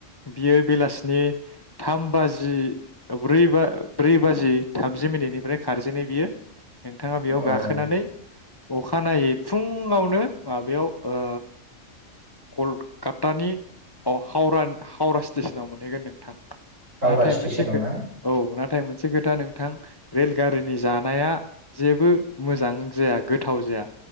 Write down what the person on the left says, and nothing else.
बियो बेलासिनि थाम बाजि ब्रै बाजि थामजि मिनिटनिफ्राय खारजेनो बियो नोंथांङा बेयाव
गाखोनानै
अखानायै फुङावनो माबायाव ओ कलकातानि हाव हावरा स्टेसनाव मोनहैगोन नोंथां
नाथाय
मोनसे खो
औ नाथाय मोनसे खोथा नोंथां रेलगारिनि जानाया जेबो मोजां जाया गोथाव जाया